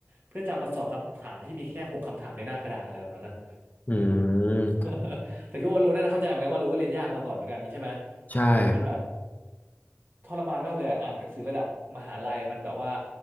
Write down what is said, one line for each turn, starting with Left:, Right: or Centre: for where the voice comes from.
Right: เพื่อจำมาสอบคำถามที่มีแค่หกคำถามในหน้ากระดาษอะไรแบบนั้นอะ
Left: อืม
Right: <laughs> แต่คิดว่าโลน่าจะเข้าใจเหมือนกันว่าโลก็เรียนยากมาก่อนเหมือนกันนี้ใช่ไหม
Left: ใช่ครับ
Right: เออมันแบบทรมานมากเลยอะอ่านหนังสือระดับมหาลัยมันแบบว่า